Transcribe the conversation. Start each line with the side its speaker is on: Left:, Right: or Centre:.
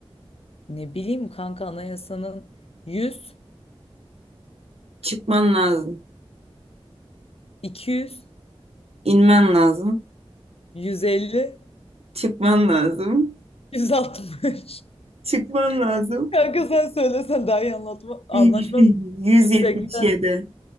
Left: Ne bileyim kanka anayasanın 100,
Right: Çıkman lazım.
Left: 200,
Right: İnmen lazım.
Left: 150,
Right: Çıkman lazım.
Left: 160.
Right: Çıkman
Left: <laughs>
Right: lazım.
Left: Kanka sen söylesen daha iyi anlatma, anlaşmaz
Right: <laughs>
Left: mı?
Right: 177.
Left: 180,